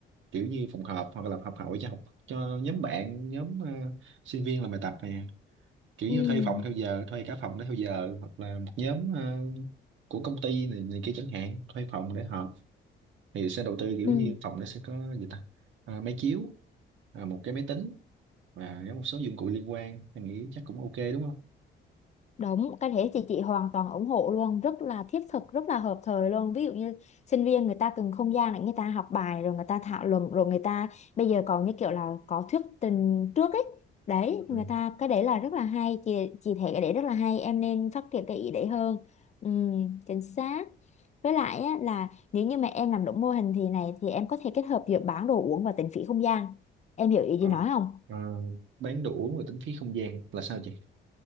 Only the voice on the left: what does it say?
ừ
ừ
ừ.
Đúng, cái thế thì chị hoàn toàn ủng hộ luôn, rất là thiết thực, rất là hợp thời luôn. Ví dụ như sinh viên người ta cần không gian để người ta học bài rồi người ta thảo luận rồi người ta bây giờ còn như kiểu là có thuyết trình trước ấy. Đấy,
người ta cái đấy là rất là hay, chị chị thấy cái đấy rất là hay, em nên phát triển cái ý đấy hơn. Ừm, chính xác. Với lại á, là nếu như mà em làm đúng mô hình thì này thì em có thể kết hợp giữa bán đồ uống và tính phí không gian. Em hiểu ý
gì nói không?